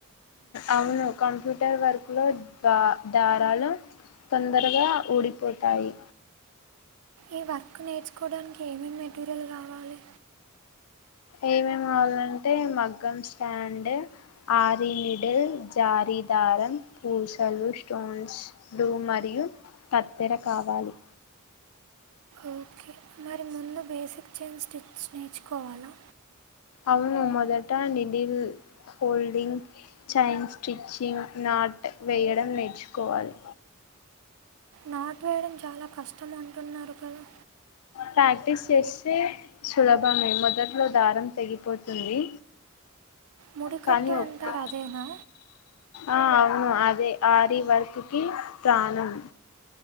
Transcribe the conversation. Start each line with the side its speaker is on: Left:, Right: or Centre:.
Left: అవును కంప్యూటర్ వర్క్ లో మ్ దారాలు తొందరగా ఊడిపోతాయి
Right: ఈ వర్క్ నేర్చుకోవడానికి ఏమేమి మెటీరియల్ కవాలి
Left: ఏమేం కావాలంటే మగ్గం స్టాండ్ ఆరినిడిల్ జారి దారం పూసలు స్టోన్స్లు మరియు కత్తిెర కావాలి
Right: ఓకే మరి ముందు బేసిక్ చైన్ స్టిచ్ నేర్చుకోవాలా
Left: అవును మొదటా needle holding chain stitching knot వేయడం నేర్చుకోవాలి
Right: నాటు వేయడం చాలా కష్టం అంటున్నారు కదా
Left: ప్రాక్టీస్ చేస్తే సులభమే మొదట్లో దారం తెగిపోతుంది
Right: ముడికట్టు
Left: కానీ
Right: అంటరు
Left: ఓకే
Right: అదేనా
Left: ఆ అవును అదే ఆరిీ వర్క్కి ప్రానం